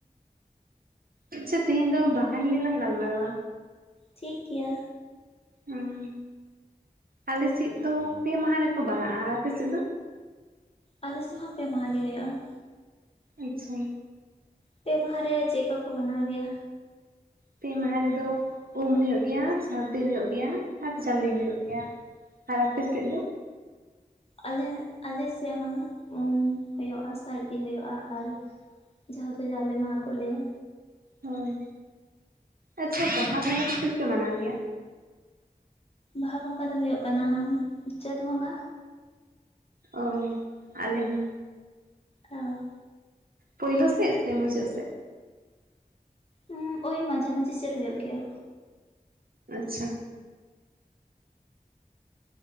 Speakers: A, on the right; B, on the left.
A: ᱟᱪᱪᱷᱟ ᱛᱮᱦᱤᱧ ᱫᱚ ᱵᱟᱦᱟ ᱱᱤᱭᱟᱹᱞᱟᱝ ᱜᱟᱞᱢᱟᱨᱟᱣᱟ᱾
B: ᱴᱷᱤᱠ ᱜᱮᱭᱟ᱾
A: ᱦᱩᱸ᱾ ᱟᱞᱮᱥᱮᱡ ᱫᱚ ᱯᱮ ᱢᱟᱦᱟ ᱨᱮᱠᱚ ᱵᱟᱦᱟᱜᱼᱟ, ᱟᱯᱮ ᱥᱮᱫ ᱫᱚ?
B: ᱟᱞᱮᱥᱤᱡ ᱦᱚᱸ ᱯᱮ ᱢᱟᱦᱟ ᱜᱮ ᱦᱳᱭᱳᱜᱼᱟ᱾
A: ᱟᱪᱪᱷᱟ᱾
B: ᱯᱮ ᱢᱟᱦᱟ ᱨᱮ ᱪᱮ ᱠᱚᱠᱚ ᱢᱟᱱᱟᱣ ᱜᱮᱭᱟ?
A: ᱯᱮ ᱢᱟᱦᱟ ᱨᱮᱫᱚ ᱩᱢ ᱦᱩᱭᱩᱜ ᱜᱮᱭᱟ, ᱥᱟᱹᱨᱫᱤ ᱦᱩᱭᱩᱜ ᱜᱮᱭᱟ, ᱟᱨ ᱡᱟᱞᱮ ᱦᱩᱭᱩᱜ ᱜᱮᱭᱟ᱾ ᱟᱨ ᱟᱯᱮ ᱥᱮᱫ ᱫᱚ?
B: ᱟᱞᱮ ᱟᱞᱮ ᱥᱮᱜ ᱦᱚᱸ ᱩᱢ ᱦᱳᱭᱳᱜᱼᱟ ᱥᱟᱹᱨᱫᱤ ᱦᱳᱭᱳᱜᱼᱟ ᱟᱨ ᱡᱟᱦᱟᱸ ᱫᱚ ᱡᱟᱞᱮ ᱢᱟᱦᱟ ᱠᱚ ᱞᱟᱹᱭᱟ᱾
A: ᱦᱳᱭ ᱟᱪᱪᱷᱟ ᱵᱟᱦᱟ ᱵᱚᱸᱜᱟ ᱫᱚ ᱛᱤᱥ ᱯᱮ ᱢᱟᱱᱟᱣ ᱜᱮᱭᱟ?
B: ᱵᱟᱦᱟ ᱵᱚᱸᱜᱟ ᱫᱚ ᱦᱳᱭᱳᱜ ᱠᱟᱱᱟ ᱪᱟᱹᱛ ᱵᱚᱸᱜᱟ᱾
A: ᱚ ᱟᱞᱮ ᱦᱚᱸ᱾
B: ᱚ᱾
A: ᱯᱚᱭᱞᱳ ᱥᱮᱜ ᱥᱮ ᱢᱩᱫᱟᱹᱫᱽ ᱥᱮᱜ᱾
B: ᱦᱩᱸ ᱳᱭ ᱢᱟᱡᱷᱟ ᱢᱟᱷᱡᱤ ᱥᱮᱜ ᱨᱮ ᱦᱩᱭᱳᱜ ᱜᱮᱭᱟ᱾
A: ᱟᱪᱪᱷᱟ᱾